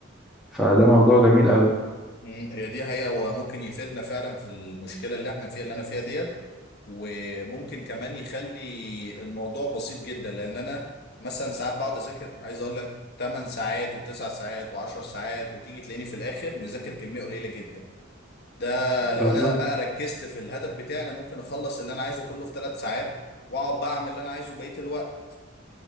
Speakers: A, in the centre; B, on the left (about 55°).
A: فده موضوع جميل قوي
B: مم، هي دي حقيقة هو ممكن يفيدنا فعلا في المشكلة اللي احنا فيها اللي انا فيها دي وممكن كمان يخلي الموضوع بسيط جدا لان انا مثلا ساعات بقعد اذاكر عايز اقول لك 8 ساعات و9 ساعات و10 ساعات وتيجي تلاقيني في الاخر مذاكر كميه قليله جدا ده لو
A: بالظبط
B: انا بقى ركزت في الهدف بتاعي انا ممكن اخلص اللي انا عايزه كله في 3 ساعات واقعد بقى اعمل اللي انا عايزه بقيه الوقت